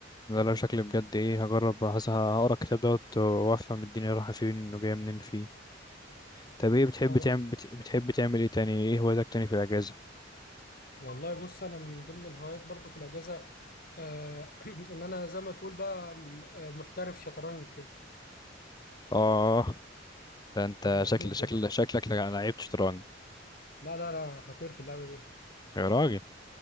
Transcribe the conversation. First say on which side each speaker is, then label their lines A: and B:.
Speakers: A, on the left (about 20°); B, on the left (about 50°).
A: ده لو شكلي بجد ايه هجرب هس- هقرا الكتاب دوت وافهم الدنيا رايحه فين وجايه منين فيه طب ايه بتحب
B: خلاص
A: تعمل بت... بتحب تعمل ايه تاني ايه هواياتك تاني في الاجازه
B: والله بص انا من ضمن الهوايات برضو في الاجازه آه <clears throat> ان انا زي ما تقول بقى م- آه، محترف شطرنج كده
A: اه ده انت
B: مقلوب
A: شكل شكل
B: يعني
A: شكلك لعيب شطرنج
B: لا لا لا خطير في اللعبه دي
A: يا راجل